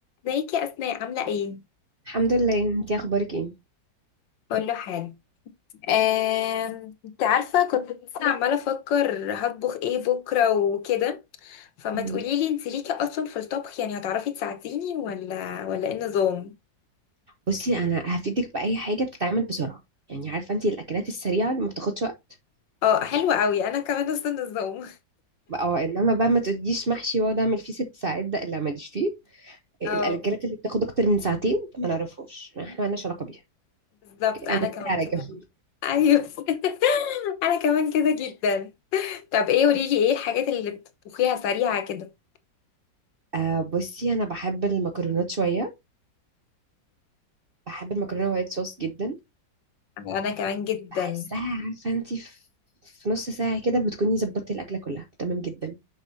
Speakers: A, on the left; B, on the right.
A: ازيك يا اسماء عامله ايه
B: الحمد لله انتي اخبارك ايه
A: اقول له حاجه آم، انت عارفة كنت لسه عماله افكر هطبخ ايه بكره وكده فما
B: مم.
A: تقولي لي انت ليكي اصلا في الطبخ يعني هتعرفي تساعديني ولا ولا ايه النظام
B: بصي انا هفيدك باي حاجه بتتعمل بسرعه يعني عارفه انتي الاكلات السريعه اللي ما بتاخدش وقت
A: اه حلو قوي انا كمان نفس النظام
B: بقى. اه انما بقى ما تقوليش محشي واقعد اعمل فيه ست ساعات ده لا ماليش فيه
A: <laughs>
B: الاكلات
A: اه
B: اللي بتاخد اكتر من ساعتين ما نعرفهاش احنا مالناش علاقه بيها
A: بالظبط
B: اوكي
A: انا
B: انا دي
A: كمان
B: على
A: كده
B: جنب
A: ايوه <laughs> انا كمان كده جدا طب ايه قولي لي ايه الحاجات اللي بتطبخيها سريعه كده
B: آه بصي انا بحب المكرونات شويه بحب المكرونه وايت صوص جدا
A: انا كمان جدا
B: بحسها عارفه انتي في في نص ساعه كده بتكوني ظبطتي الاكله كلها تمام جدا